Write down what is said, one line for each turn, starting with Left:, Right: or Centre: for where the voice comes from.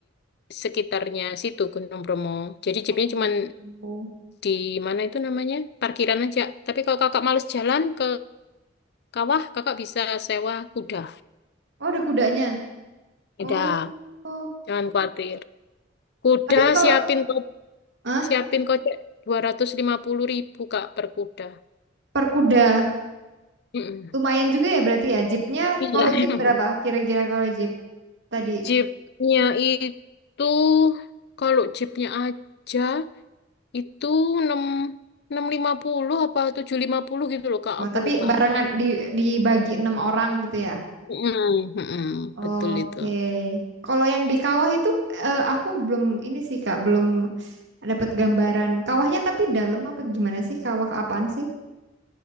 Left: sekitarnya situ Gunung Bromo. Jadi jeepnya
Right: Oh,
Left: cuman di mana itu namanya? Parkiran aja. Tapi kalau kakak males jalan ke kawah, kakak bisa sewa kuda.
Right: Oh, ada kudanya.
Left: Ada,
Right: Oh. oh.
Left: jangan khawatir. Kuda
Right: Tapi kalau
Left: siapin ko-
Right: ah
Left: siapin kocek dua ratus lima puluh ribu kak per kuda.
Right: per kuda
Left: Mm-mm.
Right: lumayan juga ya berarti ya. Jeepnya
Left: Iya.
Right: kalau
Left: <laughs>
Right: jeep berapa kira-kira kalau jeep tadi?
Left: Jeepnya itu kalau jeepnya aja itu enam enam lima puluh apa tujuh lima puluh gitu loh Kak,
Right: Oh,
Left: aku
Right: tapi
Left: lupa.
Right: barengan di dibagi enam orang gitu ya.
Left: Mm, mm,
Right: Oke.
Left: betul itu.
Right: Kalau yang di kawah itu eh, aku belum ini sih Kak, belum Dapat gambaran. Kawahnya tapi dalam apa gimana sih? Kawah apaan sih?